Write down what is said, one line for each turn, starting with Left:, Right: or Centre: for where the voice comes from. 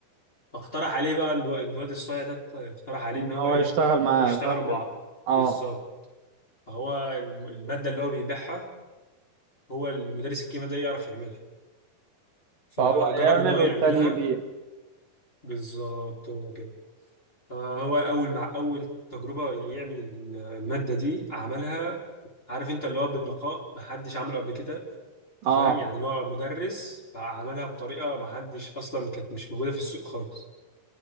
Left: فاقترح عليه بقى الو- الواد الصايع ده اقترح عليه
Right: ان
Left: ان هو
Right: هو
Left: ايه
Right: يشتغل معاه
Left: يشتغلوا
Right: صح كده
Left: مع
Right: اه
Left: بالظبط فهو الم- الماده اللي هو بيبيعها هو المدرس الكيمياء ده يعرف يعملها فجرب
Right: فهو يعمل
Left: ان هو يعملها
Right: والتاني يبيع
Left: بالظبط هو كده فهو اول مع اول تجربه اللي يعمل ال- الماده دي عملها عارف انت اللي هو بنقاء محدش عمله قبل كده انت
Right: اه
Left: فاهم يعني اللي هو مدرس فعملها بطريقه محدش اصلا كانت مش موجوده في السوق خالص